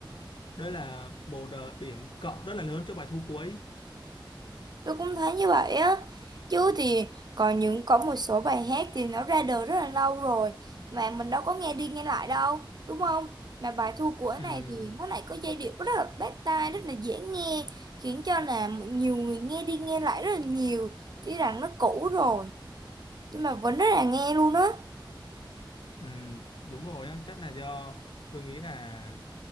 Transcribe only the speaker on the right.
Tôi cũng thấy như vậy á. Chứ thì còn những có một số bài hát thì nó ra đời rất là lâu rồi mà mình đâu có nghe đi nghe lại đâu, đúng không? Mà bài Thu Của
này thì nó lại có giai điệu rất là bắt tai, rất là dễ nghe, khiến cho là nhiều người nghe đi nghe lại rất là nhiều, tuy rằng nó cũ rồi nhưng mà vẫn rất là nghe luôn á.